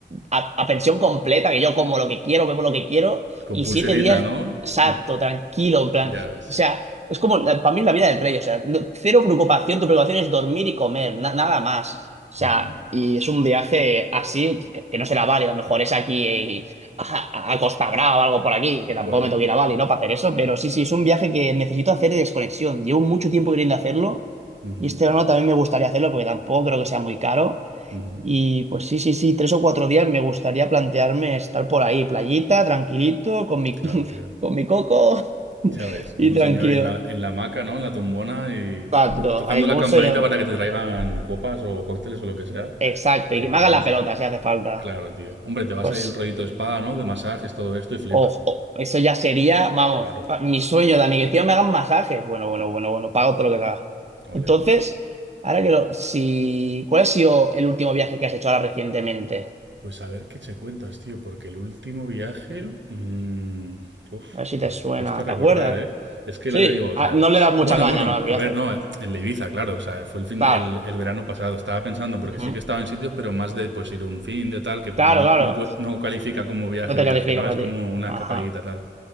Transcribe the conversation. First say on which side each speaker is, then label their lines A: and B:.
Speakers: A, on the right; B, on the right.
A: a, a pensión completa, que yo como lo que quiero, bebo lo que quiero,
B: Con
A: y
B: pulserita,
A: siete días
B: ¿no?
A: exacto,
B: Con-
A: tranquilo, en plan.
B: Ya ves.
A: O sea, es como la- para mí la vida del rey, o sea, no- cero preocupación, tu preocupación es dormir y comer, na- nada más. O sea,
B: Ujú.
A: y es un viaje así que, que no será Bali, a lo mejor es aquí eh, a, a Costa Brava o algo por aquí, que
B: Bueno.
A: tampoco me tengo que ir a Bali, ¿no? Para hacer eso, pero sí, sí, es un viaje que necesito hacer de desconexión. Llevo mucho tiempo queriendo hacerlo.
B: ujú,
A: Y este verano también me gustaría hacerlo porque tampoco creo que sea muy caro.
B: ujú.
A: Y pues sí, sí, sí, tres o cuatro días me gustaría plantearme estar por ahí, playita, tranquilito, con mi,
B: Claro,
A: <laughs>
B: tío.
A: con mi coco <laughs>
B: Ya ves, como
A: y
B: un
A: tranquilo.
B: señor en la, en la hamaca, ¿no? En la tumbona y
A: Exacto,
B: to- tocando
A: ahí,
B: la
A: ¿cómo
B: campanita
A: se llama?
B: para que te traigan copas o cócteles o lo que sea.
A: Exacto,
B: Ahí,
A: y que me haga
B: como
A: la
B: un señor.
A: pelota si hace falta.
B: Claro, tío. Hombre, te vas
A: Pues,
B: ahí el rollito spa, ¿no? De masajes, todo esto y flipas.
A: ojo, eso ya sería, vamos,
B: Claro.
A: pa- mi sueño, Dani, que me hagan masajes. Bueno, bueno, bueno, bueno, pago todo lo que haga.
B: Ole.
A: Entonces, ahora que lo, si, ¿cuál ha sido el último viaje que has hecho ahora recientemente?
B: Pues a ver qué te cuentas, tío, porque el último viaje. mm, uf,
A: A ver si te
B: cuest-
A: suena,
B: cuesta recordar,
A: ¿te acuerdas?
B: ¿eh? Es que
A: Sí,
B: la te digo, o
A: Ah,
B: sea.
A: no le
B: sí-
A: das mucha
B: Bueno,
A: caña,
B: bueno,
A: ¿no? Al viaje.
B: a ver, no, el de Ibiza, claro, o sea, fue el, fin,
A: Claro.
B: el, el verano pasado. Estaba pensando, porque
A: Ujú.
B: sí que estaba en sitios, pero más de pues ir un fin de tal, que para
A: Claro,
B: mí no,
A: claro.
B: no, cue- no califica como viaje,
A: No te
B: viaje,
A: califica
B: ¿no?
A: para
B: Es como
A: ti.
B: una
A: Ajá.
B: escapadita tal.